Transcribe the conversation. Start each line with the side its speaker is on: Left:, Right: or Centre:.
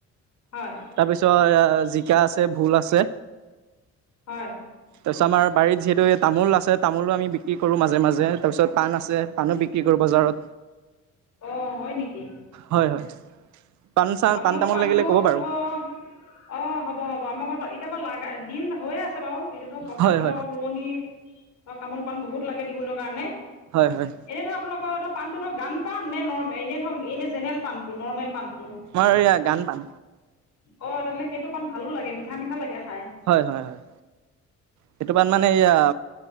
Left: হয়
Right: তাৰপিছত জিকা আছে ভুল আছে
Left: হয়
Right: তাৰপিছত আমাৰ বাৰীত। তামোল আছে তামোলো আমি বিক্ৰী কৰো মাজে মাজে তাৰ পিছত পাণ আছে পাণো বিক্ৰী। বিক্ৰী কৰোঁ বজাৰত।
Left: অ' হয় নেকি?
Right: হয়, হয়। পাণ চান
Left: আপোনালোকৰ
Right: পাণ তামোল
Left: পাণটো
Right: লাগিলে ক'ব বাৰু।
Left: ধৰক, অ' হ'ব-হ'ব আমাৰ ঘৰ পৰা এতিয়া পৰা লাগা দিন হৈ আছে। বাৰু এতিয়া ধৰক পথাৰ
Right: হয়,
Left: ধৰক
Right: হয়,
Left: ৰোৱনী ধৰ তামোল পাণ বহুত লাগে দিবলৈ কাৰণে। এনে
Right: হয়, হয়।
Left: ধৰ আপোনালোকৰ পান। এইটো ধৰ গান্ধ পান নে নৰ্মে এনে ধৰক এনে জেনেৰেল পাণটো নৰ্মেল পাণটো
Right: আমাৰ এইয়া গান পান
Left: অ' তেনে হ'লে সেইটো পাণ ভালোঁ লাগে মিঠা মিঠা লাগে। খাই
Right: হয়, হয়, হয় সেইটো পাণ মানে এইয়া